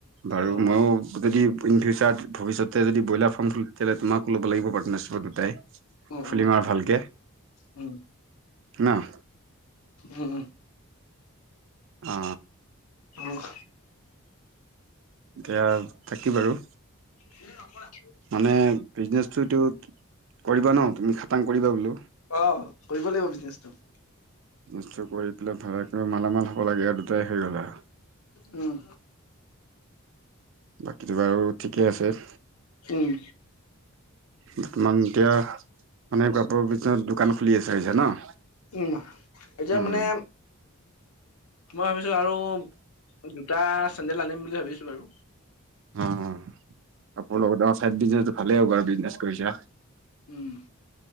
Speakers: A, on the right (about 60°); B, on the left (about 80°).
A: আৰু
B: অ
A: মইও
B: অ
A: যদি ইনফিউচাৰত ভৱিষ্যতে যদি ব্ৰইলাৰ ফাৰ্ম খুলো তেতিয়াহলে তোমাক‌ ল'ব লাগিব পাৰ্টনাৰশ্বিপত দুটাই
B: অ
A: খুলিম আৰু ভালকে
B: উম
A: ন'
B: উম।
A: অ
B: অহ।
A: কেয়াৰ থাকি বাৰু
B: হে নকৰা?
A: মানে বিজনেছটো তো কৰিবা ন তুমি খাটাং কৰিবা বোলো?
B: অ' কৰিব লাগিব বিজনেছটো।
A: এইটো কৰি পেলাই ভালকে মালামাল হ'ব লাগে আৰু দুটাই হৈ গ'ল আও
B: উম।
A: বাকীতো বাৰু ঠিকে আছে?
B: উম।
A: বৰ্তমান এতিয়া মানে কাপোৰৰ বিজনেজ দোকান খুলিব ইচ্ছা আছে ন!
B: উম, এতিয়া
A: উম
B: মানে মই ভাবিছো আৰু যোটা চেণ্ডেল আনিম বুলি ভাবিছো আৰু।
A: ওম ওম কাপোৰৰ লগতে অঁ চাইদ বিজনেজটো ভালেই হ'ব বাৰু বিজনেজ কৰিছা।
B: উম।